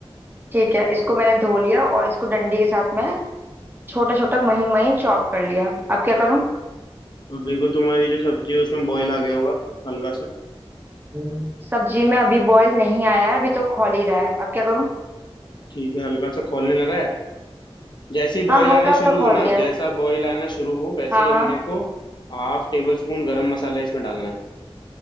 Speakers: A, on the right (about 20°); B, on the left (about 45°).
A: ठीक है इसको मैंने धो लिया और इसको डंडी के साथ में छोटा छोटा महीन महीन चॉप कर लिया अब क्या करूं
B: अब देखो तुम्हारी जो सब्जी है उसमें बॉईल आ गया होगा हल्का सा
A: हम्म। सब्जी में अभी बॉईल नहीं आया है अभी तो खौल ही रहा है अब क्या करूं
B: ठीक है हल्का सा खौलने लगा है जैसे ही बॉईल
A: हाँ हल्का
B: आना शुरू
A: हल्का
B: हो
A: खौल
B: ना
A: गया
B: जैसा
A: है
B: बॉईल आना शुरू हो वैसे
A: हाँ
B: ही
A: हाँ
B: अपने को हाफ टेबल स्पून गरम मसाला इसमें डालना है